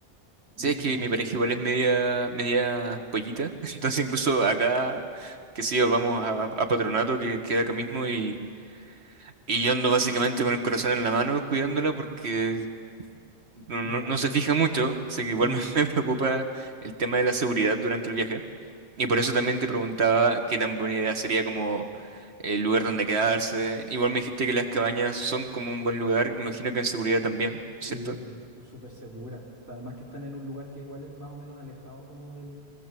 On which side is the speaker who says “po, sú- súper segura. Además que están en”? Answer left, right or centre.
Right